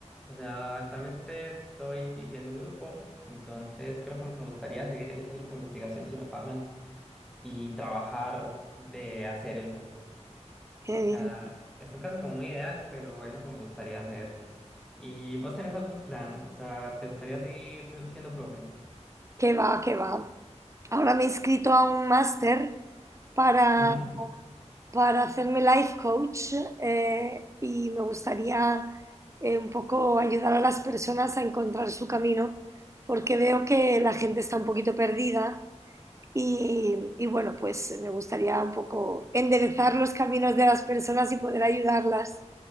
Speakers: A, in the centre; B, on the right.
A: O sea, actualmente estoy dirigiendo un grupo, entonces creo que me gustaría seguir en ese grupo de investigación si me pagan y trabajar de hacer eso.
B: Qué
A: O
B: bien.
A: sea, es un caso como muy ideal, pero es lo que me gustaría hacer. ¿Y vos tenés algún plan? O sea, ¿te gustaría seguir siendo profe?
B: Qué va, qué va. Ahora me he inscrito a un máster para,
A: Ujú.
B: para hacerme life coach eh, y me gustaría eh, un poco ayudar a las personas a encontrar su camino porque veo que la gente está un poquito perdida y, y bueno, pues me gustaría un poco enderezar los caminos de las personas y poder ayudarlas.